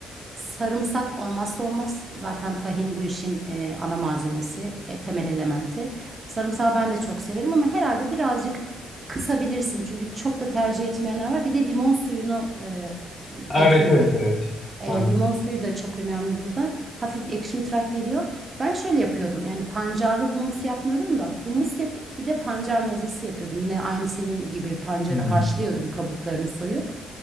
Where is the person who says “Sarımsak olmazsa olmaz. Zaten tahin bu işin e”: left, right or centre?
Right